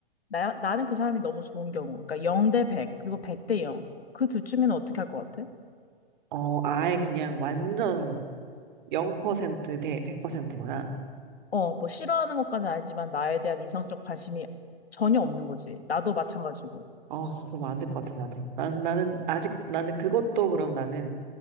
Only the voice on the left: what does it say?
나, 나는 그 사람이 너무 좋은 경우. 그러니까 0대 100, 그리고 100대 0. 그 둘 중에는 어떻게 할 것 같아?
어, 뭐 싫어하는 것까지 는 알지만 나에 대한 이성적 관심이 전혀 없는 거지. 나도 마찬가지고.